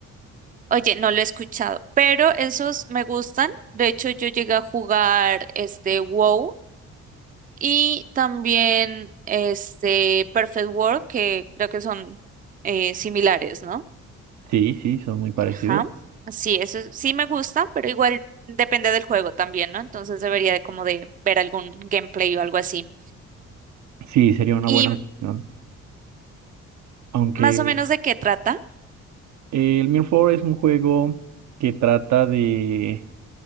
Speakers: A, on the right (about 25°); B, on the right (about 70°).
A: Oye, no lo he escuchado, pero esos me gustan. De hecho, yo llegué a jugar este WoW y también este Perfect World, que creo que son eh, similares, ¿no?
B: Sí, sí, son muy parecidos.
A: Ajá. Sí, eso sí me gusta, pero igual depende del juego también, ¿no? Entonces debería de como de ver algún gameplay o algo así.
B: Sí, sería una
A: ¿Y
B: buena opción. Aunque
A: más o menos de qué trata?
B: eh, el Mirror 4 es un juego que trata de